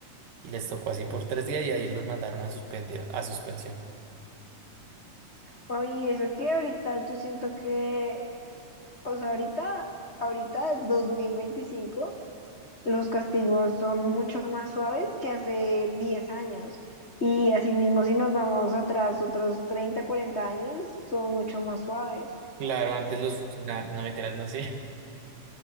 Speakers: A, on the right; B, on the left.
A: Y les tocó así por tres días y ahí los mandaron a suspendido, a suspensión.
B: Papi, eso que ahorita yo siento que, o sea, ahorita, ahorita 2025 los castigos son mucho más suaves que hace 10 años. Y asimismo, si nos vamos atrás otros 30 40 años, son mucho más suaves.
A: Claro, antes los funcionarios, no mentiras, no sé.